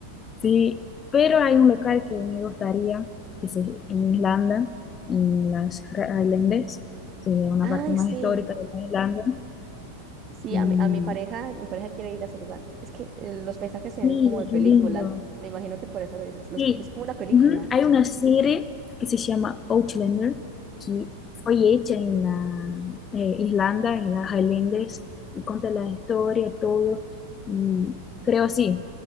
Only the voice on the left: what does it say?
Sí, pero hay un local que me gustaría, que es en Islanda, en las Highlands, que es una
parte más
histórica de la Islanda.
Y,
y
es
lindo.
Sí,
ujú, hay una serie que se llama Outlander, que fue hecha en la eh, Islanda, en las Highlands, y cuenta la historia, todo. Y creo sí,